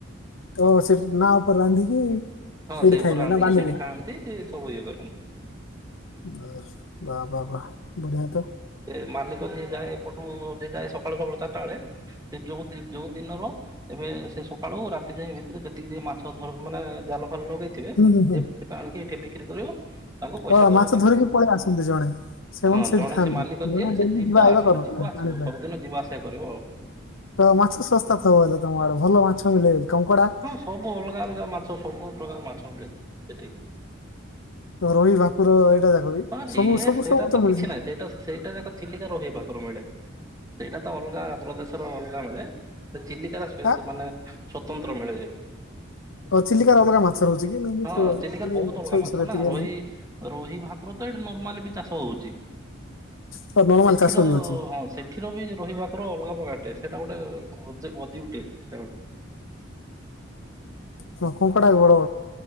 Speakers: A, on the left; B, on the right.
A: ଓ ସେଠି ନା ଉପରେ ରାନ୍ଧିକି
B: ହଁ
A: ସେଇଠି
B: ସେଇ
A: ଖାଇବେ
B: ଉପରେ ରାନ୍ଧିକି
A: ନା ବାଲିରେ
B: ସେଇଠି ଖାଆନ୍ତି ସବୁ ଇଏ କରନ୍ତି।
A: ବ ବା ବା ବାଃ ବଢ଼ିଆ ତ।
B: ସେ ମାଲିକ ଯିଏ ଯାଏ ଏପଟୁ ଯିଏ ଯାଏ ସକାଳୁ ସକାଳୁ ଚାରିଟା ବେଳେ ସେ ଯୋଉ ଯୋଉ ଦିନର ଏବେ ସେ ସକାଳୁ ରାତି ଯାଏ ଭିତରେ ଯେତିକି ଯେ ମାଛ ଧର୍ ମାନେ ଜାଲ ଫାଲ ଲଗେଇ ଥିବେ
A: ହୁଁ ହୁଁ ହୁଁ
B: <unintelligible> ଏଠି ବିକ୍ରି କରିବ। ତାଙ୍କୁ ପଇସା
A: ହଁ ମାଛ
B: ଦବ ତା
A: ଧରିକି ପଳେଇ ଆସନ୍ତି ଜଣେ ସେମାନେ
B: ହଁ
A: ସେଇଠି
B: ଜଣେ
A: ଥାନ୍ତ
B: ସେ ମାଲିକ ଯିଏ
A: ଜଣେ
B: ସେ
A: ଡେଲି
B: ଯିବ
A: ଯିବା ଆଇିବା
B: ଆସିବ
A: କରନ୍ତି।
B: ଯିବ
A: ନାଇକି
B: ଆସିବ
A: ଜାଣି ପାଇ
B: ସବୁଦିନ ଯିବା ଆସିବା କରିବ ଆଉ।
A: ତ ମାଛ ଶସ୍ତା ଥବ ହେଲେ ତମ ଆଡେ ଭଲ ମାଛ ମିଳେ କଙ୍କଡା
B: ହଁ ସବୁ ଅଲଗା ଅଲଗା ମାଛ ସବୁ ପ୍ରକାର ମାଛ ମିଳେ ଏଠି।
A: ରୋହି ଭାକୁର ଏଇଟା ଯାକ ବି
B: ହଁ
A: ସବୁ
B: ଏ
A: ସବୁ
B: ସେଇଟା
A: ସବୁ
B: ତ
A: ମିଳୁଛି
B: କିଛି ନାହିଁ ସେଇଟା ସେଇଟା ଯାକ ଚିଲିକା ରହି ଭାକୁର ମିଳେ। ସେଇଟା ତ ଅଲଗା ପ୍ରଦେଶର ଅଲଗା ମିଳେ। ତ ଚିଲିକା ସ୍ପେ
A: ଆ
B: ମାନେ ଛ ସ୍ୱତନ୍ତ୍ର ମିଳେ।
A: ହ ଚିଲିକାର ଅଲଗା ମାଛ ରହୁଛି କି? ନା ମୁଁ
B: ହଁ
A: ତ
B: ଚିଲିକା
A: ଇଏ
B: ବହୁତ ଅଲଗା
A: ସେ ବିଷୟରେ
B: ମାଛ ନା
A: ଏତେ ଜ୍ଞାନ
B: ରୋହି
A: ନାହିଁ।
B: ରୋହି ଭାକୁର ତ ଏଠି ନର୍ମାଲି ବି ଚାଷ ହଉଛି।
A: ତ ନର୍ମାଲ
B: ସେଠିର
A: ଚାଷ ବି ହଉଛି
B: ହଁ ସେ ଏଠିର ବି ରୋହି ଭାକୁର ଅଲଗା ପ୍ରକାର ଟେଷ୍ଟ ସେଇଟା ଗୋଟେ ଅ ଅଜିବ ଟେଷ୍ଟ ସେଟା ଗୋଟେ
A: ହଁ କଙ୍କଡା ଗୋଡ